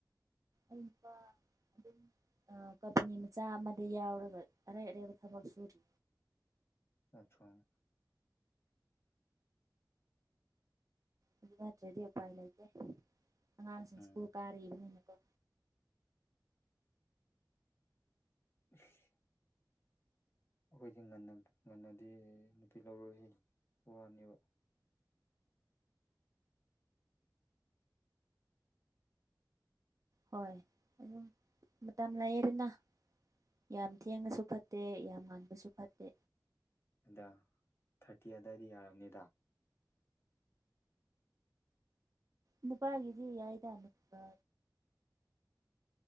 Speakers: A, on the right; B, on the left.
A: ꯎꯝꯕ ꯑꯗꯨꯝ ꯀꯝꯄꯅꯤ ꯃꯆꯥ ꯑꯃꯗ ꯌꯥꯎꯔꯒ ꯑꯔꯩ ꯑꯔꯩꯕ ꯊꯕꯛ ꯁꯨꯔꯤ
B: ꯑꯆꯥꯥ
A: ꯑꯗꯨ ꯅꯠꯇ꯭ꯔꯗꯤ ꯎꯄꯥꯏ ꯂꯩꯇꯦ ꯑꯉꯥꯡꯁꯤꯡ
B: ꯎꯝ
A: ꯁ꯭ꯀꯨꯜ ꯀꯥꯔꯛꯏꯕꯅꯤꯅ <inaudible> <unintelligible>
B: <inaudible> <unintelligible> ꯑꯩꯈꯣꯏꯒꯤ ꯉꯟꯅ ꯉꯟꯅꯗꯤ ꯅꯨꯄꯤ ꯂꯧꯔꯣꯏ ꯋꯥꯅꯦꯕ
A: ꯍꯣꯏ ꯑꯗꯨꯝ ꯃꯇꯝ ꯂꯥꯏꯌꯦꯗꯅ ꯌꯥꯝ ꯊꯦꯡꯉꯁꯨ ꯐꯠꯇꯦ ꯌꯥꯝ ꯉꯥꯟꯕꯁꯨ ꯐꯠꯇꯦ
B: ꯑꯗ ꯊꯥꯔꯇꯤ ꯑꯗꯨꯗꯥꯋꯥꯏꯗꯤ ꯌꯥꯔꯕꯔꯕꯅꯤꯗ
A: ꯅꯨꯄꯥꯒꯤꯁꯤ ꯌꯥꯏꯗ ꯑꯃꯨꯛꯄ